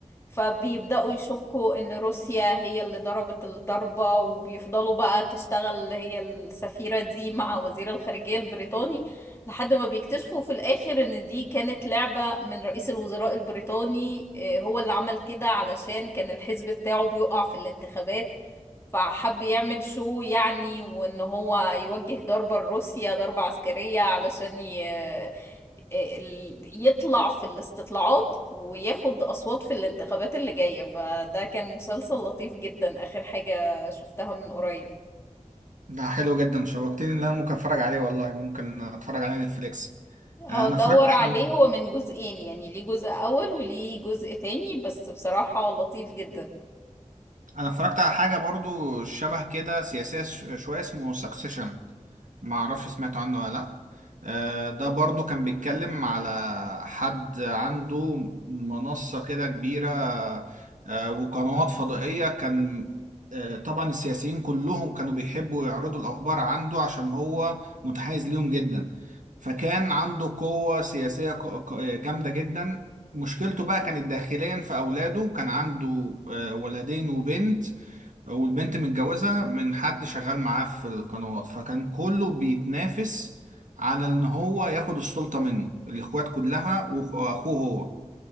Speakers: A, on the left; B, on the right.
A: فبيبدأوا يشكوا إن روسيا هي اللي ضربت الضربة وبيفضلوا بقى تشتغل هي السفيرة دي مع وزير الخارجية البريطاني لحد ما بيكتشفوا في الآخر إن دي كانت لعبة من رئيس الوزراء البريطاني آه، هو اللي عمل كده علشان كان الحزب بتاعه بيقع في الانتخابات فحب يعمل شو يعني وان هو يوجه ضربة لروسيا ضربة عسكرية علشان ي... آه، ال- يطلع في الاستطلاعات وياخد أصوات في الانتخابات اللي جاية فده كان مسلسل لطيف جدا آخر حاجة شفتها من قريب
B: ده حلو جدا شوقتني ان انا ممكن اتفرج عليه والله ممكن اتفرج عليه نتفليكس
A: هدور
B: انا اتفرجت
A: عليه
B: على
A: هو من جزئين يعني ليه جزء أول وليه جزء تاني بس بصراحة لطيف جدا
B: انا اتفرجت على حاجه برضو شبه كده سياسيه ش- شويه اسمه سكسيشن ما اعرفش سمعت عنه ولا لا آه، ده برضو كان بيتكلم على حد عنده منصه كده كبيره آه، وقنوات فضائيه كان آه، طبعا السياسيين كلهم كانوا بيحبوا يعرضوا الاخبار عنده عشان هو متحيز ليهم جدا فكان عنده قوه سياسيه ق- ق- جامده جدا مشكلته بقى كانت داخليا في اولاده كان عنده آه، ولدين وبنت والبنت متجوزة من حد شغال معاه في القنوات فكان كله بيتنافس على ان هو ياخد السلطة منه الاخوات كلها واخوه هو